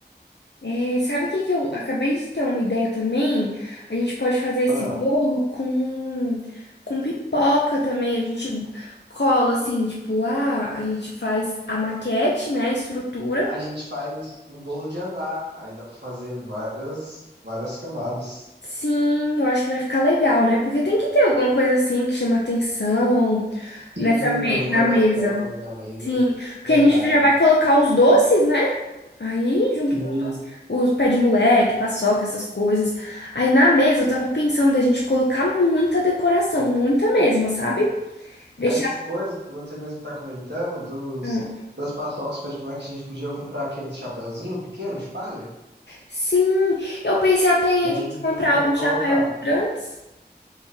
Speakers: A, on the left; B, on the right.
A: é, sabe o que que eu acabei de ter uma ideia também? A gente pode fazer esse
B: Ah,
A: bolo com, com pipoca também. A gente cola assim, tipo, ah, a gente faz a maquete, né? A estrutura.
B: a gente faz um bolo de andar, aí dá para fazer várias várias camadas.
A: Sim, eu acho que vai ficar legal, né? Porque tem que ter alguma coisa assim que chama atenção
B: Sim,
A: nessa me-
B: na decoração,
A: na mesa.
B: né, na mesa.
A: Sim, porque
B: Verdade.
A: a gente já vai colocar os doces, né? Aí, junto
B: Sim.
A: com os doces, os pé de moleque, paçoca, essas coisas. Aí na mesa eu tava pensando da gente colocar muita decoração, muita mesmo, sabe? Deixar.
B: Essas coisas que você mesmo tá comentando dos
A: hum,
B: das paçocas para de moleque, a gente podia comprar aquele chapéuzinho pequeno de palha,
A: Sim, eu pensei até em
B: mas
A: a gente
B: a gente
A: comprar
B: consegue
A: alguns
B: colocar.
A: chapéus grandes,